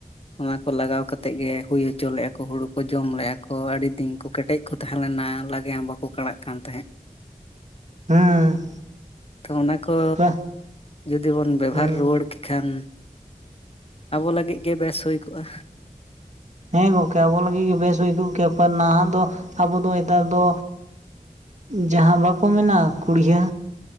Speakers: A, on the left; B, on the right.
A: ᱚᱱᱟ ᱠᱚ ᱞᱟᱜᱟᱣ ᱠᱟᱛᱮᱜ ᱜᱮ ᱦᱩᱭ ᱦᱚᱪᱚ ᱞᱮᱫᱼᱟ ᱠᱚ ᱦᱩᱲᱩ ᱠᱚ ᱡᱚᱢ ᱞᱮᱫᱼᱟ ᱠᱚ ᱟᱹᱰᱤ ᱫᱤᱱ ᱠᱚ ᱠᱮᱴᱮᱡ ᱠᱚ ᱛᱟᱦᱮᱸ ᱞᱮᱱᱟ ᱞᱮᱜᱮᱢ ᱵᱟᱠᱚ ᱠᱟᱲᱟᱜ ᱠᱟᱱ ᱛᱟᱦᱮᱸᱫ
B: ᱦᱮᱸ
A: ᱛᱚ ᱚᱱᱟ ᱠᱚ
B: ᱯᱟ
A: ᱡᱩᱫᱤ ᱵᱚᱱ ᱵᱮᱵᱟᱨ
B: ᱦᱮᱸ
A: ᱨᱩᱣᱟᱹᱲ ᱠᱮ ᱮᱱᱠᱷᱟᱱ ᱟᱵᱚ ᱞᱟᱹᱜᱤᱫ ᱜᱮ ᱵᱮᱥ ᱦᱩᱭ ᱠᱚᱜᱼᱟ,
B: ᱦᱮᱸ ᱜᱚᱢᱠᱮ ᱟᱵᱚ ᱞᱟᱹᱜᱤᱫ ᱜᱮ ᱵᱮᱥ ᱦᱩᱭ ᱠᱚᱜ ᱜᱮᱭᱟ ᱱᱟᱦᱟ ᱫᱚ ᱟᱵᱚᱫᱚ ᱦᱮᱛᱟᱨᱫᱚ ᱡᱟᱦᱟᱸ ᱵᱟᱠᱚ ᱢᱮᱱᱟ ᱠᱩᱲᱭᱟᱹ